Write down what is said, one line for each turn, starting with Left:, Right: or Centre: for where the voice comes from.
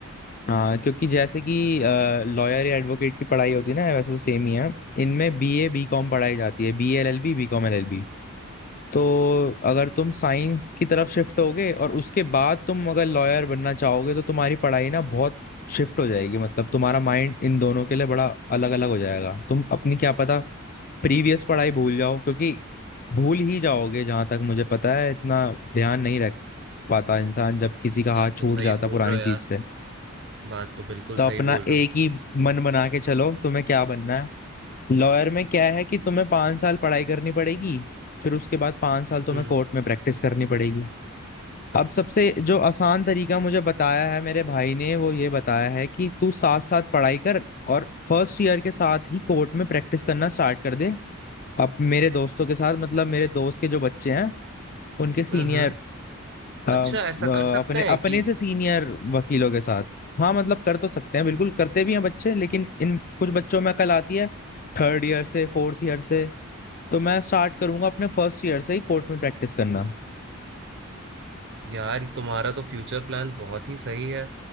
Left: हाँ क्योंकि जैसे कि लॉयर या एडवोकेट की पढ़ाई होती है ना वैसे तो सेम ही है इनमें बीए बीकॉम पढ़ाई जाती है B L L B BCom L तो अगर तुम साइंस की तरफ शिफ्ट होगे और उसके बाद तुम अगर लॉयर बनना चाहोगे तो तुम्हारी पढ़ाई ना बहुत शिफ्ट हो जाएगी मतलब तुम्हारा माइंड इन दोनों के लिए बड़ा अलग अलग हो जाएगा तुम अपनी क्या पता प्रीवियस पढ़ाई भूल जाओ क्योंकि भूल ही जाओगे जहां तक मुझे पता है इतना ध्यान नहीं रख पाता इंसान जब किसी का
Right: बात
Left: हाथ छूट
Right: तो सही
Left: जाता
Right: बोल
Left: पुरानी
Right: रहे हो
Left: चीज
Right: यार
Left: से
Right: तुम बात तो बिल्कुल
Left: तो अपना
Right: सही बोल रहे
Left: एक
Right: हो
Left: ही मन बना के चलो तुम्हें क्या बनना है लॉयर में क्या है कि तुम्हें पांच साल पढ़ाई करनी पड़ेगी फिर उसके बाद पांच साल तुम्हें
Right: हम्म
Left: कोर्ट में प्रैक्टिस करनी पड़ेगी अब सबसे जो आसान तरीका मुझे बताया है मेरे भाई ने वो ये बताया है कि तू साथ साथ पढ़ाई कर और फर्स्ट ईयर के साथ ही कोर्ट में प्रैक्टिस करना स्टार्ट कर दे अब मेरे दोस्तों के साथ मतलब मेरे दोस्त के जो बच्चे हैं उनके सीनियर
Right: हम्म हम्म
Left: अपने
Right: अच्छा ऐसा कर सकते हैं
Left: अपने
Right: कि
Left: से सीनियर वकीलों के साथ हाँ मतलब कर तो सकते हैं बिल्कुल करते भी हैं बच्चे लेकिन इन कुछ बच्चों में अकल आती है थर्ड ईयर से फोर्थ ईयर से तो मैं स्टार्ट करूंगा अपने फर्स्ट ईयर से ही कोर्ट में प्रैक्टिस करना
Right: यार तुम्हारा तो फ्यूचर प्लान्स बहुत ही सही है